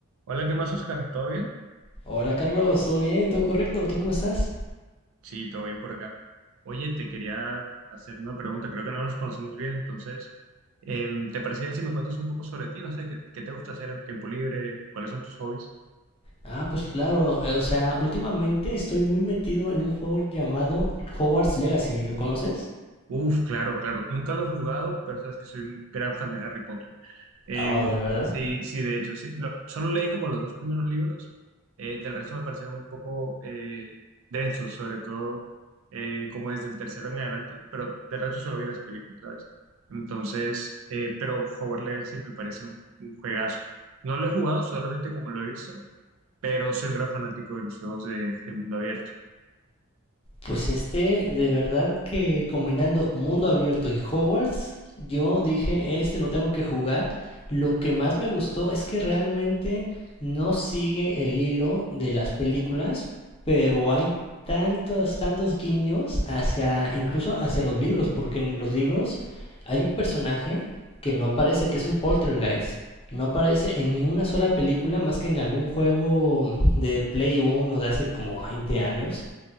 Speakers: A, on the right (about 65°); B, on the left (about 25°).
A: Hola, ¿qué más, Oscar? ¿Todo bien?
B: Hola Carlos, ¿todo bien? ¿Todo correcto? ¿Tú cómo estás?
A: Sí, todo bien por acá. Oye, te quería hacer una pregunta. Creo que no nos conocemos bien, entonces, em, ¿te parece bien si me cuentas un poco sobre ti? No sé, ¿qué, qué te gusta hacer en tiempo libre? ¿Cuáles son tus hobbies?
B: Ah, pues claro, eh, o sea, últimamente estoy muy metido en un juego llamado Hogwarts Legacy, ¿lo conoces?
A: Uf, claro, claro. Nunca lo he jugado, pero sabes que soy un gran fan de Harry Potter. Eh,
B: Oh, ¿de verdad?
A: sí, sí, de hecho, sí. Lo- solo leí como los dos primeros libros. eh, del resto me parecieron un poco eh, densos, sobre todo eh, como desde el tercero en adelante, pero del resto solo vi las películas, ¿sabes? Entonces, eh, pero Hogwarts Legacy me parece un, un juegazo. No lo he jugado solamente como lo he visto, pero soy un gran fanático de los juegos de, de mundo abierto.
B: Pues este, de verdad que combinando mundo abierto y Hogwarts, yo dije, este lo tengo que jugar. Lo que más me gustó es que realmente no sigue el hilo de las películas, pero hay tantos, tantos guiños hacia, incluso hacia los libros, porque en los libros hay un personaje que no aparece, que es un poltergeist. No aparece en ni una sola película más que en algún juego de Play Uno de hace como 20 años